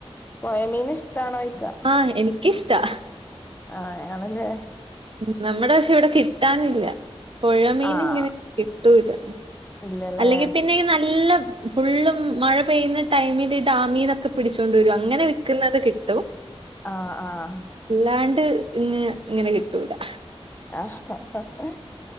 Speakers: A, on the left (about 15°); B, on the right (about 55°).
A: പൊയ മീൻ ഇഷ്ട്ടാണോയ്ക്കാ
B: ആഹ് എനിക്കിഷ്ട്ടാ
A: ആഹ് ആണല്ലേ
B: ഉം നമ്മടെ പക്ഷെ ഇവിടെ കിട്ടാനില്ലാ പൊഴമീൻ
A: ആഹ്
B: ഇങ്ങനെ കിട്ടൂലാ
A: ഇല്ലല്ലേ
B: അല്ലെങ്കി പിന്നെ ഈ നല്ലം ഫുള്ളും മഴ പെയ്യുന്ന ടൈമില് ഈ ഡാമീന്നൊക്കെ പിടിച്ചോണ്ട് വരും അങ്ങനെ വിക്കുന്നത് കിട്ടും
A: ആഹ് ആഹ്
B: അല്ലാണ്ട് ഇങ്ങ് ഇങ്ങനെ കിട്ടൂലാ
A: ആഹ് ഹ ഹ ഹ